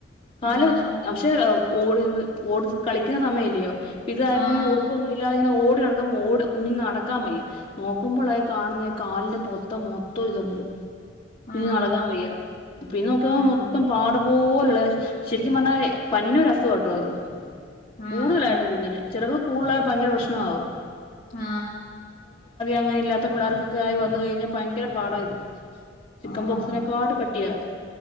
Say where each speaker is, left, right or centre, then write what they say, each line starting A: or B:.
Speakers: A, on the left (about 30°); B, on the left (about 45°).
A: കാല്
B: ആഹ്
A: പക്ഷേ <unintelligible> കളിക്കുന്ന സമയെല്ലയോ ഇതായപ്പം
B: ആഹ്
A: ഉടുപ്പൊന്നും ഇല്ലാതിങ്ങനെ ഓടി നടക്കുമ്പോ ഓട കുഞ്ഞിന് നടക്കാൻ വയ്യ നോക്കുമ്പോളാണ് കാണുന്ന കാലിന്റെ പൊത്തം മൊത്തം ഇതൊെ കുഞ്ഞിന്
B: ആഹ്
A: നടക്കാൻ വയ്യ പിന്നെ നോക്കിയപ്പൊ
B: ആഹ്
A: മൊത്തം
B: ആഹ്
A: പാ <unintelligible> ശെരിക്കും പറഞ്ഞാ പന്ന ഒരു അസുഖാട്ടോ അത്
B: ആ
A: കൂടുതലായിരുന്നു
B: ആ
A: കുഞ്ഞിനെ ചിലർക്ക് കൂടുലായ ഭയങ്കര പ്രശ്നാവും
B: ആ
A: അങ്ങനെയില്ലാത്ത പിള്ളാർകൊക്കായി വന്ന് കഴിഞ്ഞാ ഭയങ്കര പാടാ ഇത്. ചിക്കൻപോക്സിനെക്കാട്ട്
B: ആ ആ
A: കട്ടിയാത്.